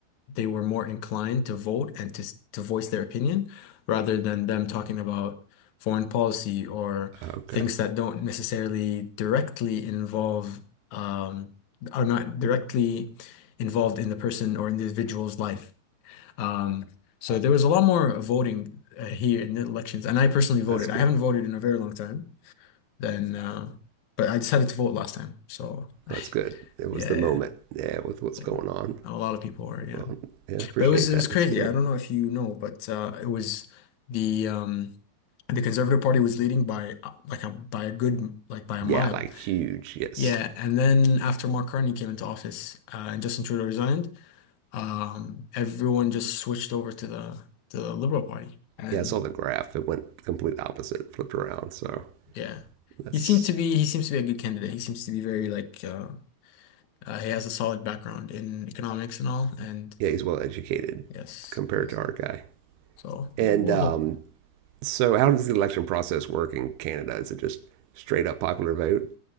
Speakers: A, on the left; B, on the right.
A: they were more inclined to vote and to to voice their opinion rather than them talking about foreign policy or
B: Okay.
A: things that don't necessarily directly involve um, are not directly involved in the person or individual's life. Um, so there was a lot more voting uh, here in the elections, and I personally voted.
B: That's good.
A: I haven't voted in a very long time, then, uh, but I decided to vote last time. So <laughs>
B: That's good. It was
A: yeah,
B: the moment.
A: yeah,
B: Yeah, with what's
A: yeah.
B: going on.
A: A lot of people were, yeah.
B: Well, yeah, I appreciate
A: But it was it
B: that.
A: was crazy.
B: That's good.
A: I don't know if you know, but uh, it was the um, the Conservative Party was leading by uh, like a by a good like by a mile.
B: Yeah, like huge. Yes.
A: Yeah, and then after Mark Carney came into office uh, and Justin Trudeau resigned, um, everyone just switched over to the to the Liberal Party, and then
B: Yeah, I saw the graph. It went complete opposite, flipped around. So
A: yeah,
B: that's,
A: he seemed to be he seems to be a good candidate. He seems to be very like uh, uh, he has a solid background in economics and all, and
B: yeah, he's well educated
A: yes,
B: compared
A: yes.
B: to our guy.
A: So
B: And
A: we'll we'll
B: um,
A: hope.
B: so, how does the election process work in Canada? Is it just straight up popular vote?